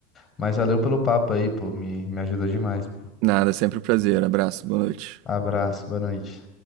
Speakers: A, on the left; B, on the right.
A: mas valeu pelo papo aí, pô, me, me ajudou demais.
B: Nada, sempre um prazer. Abraço, boa noite.
A: Abraço, boa noite.